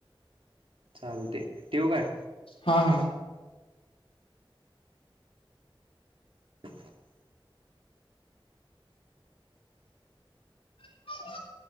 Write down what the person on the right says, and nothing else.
चालते ठेवू काय
<inaudible>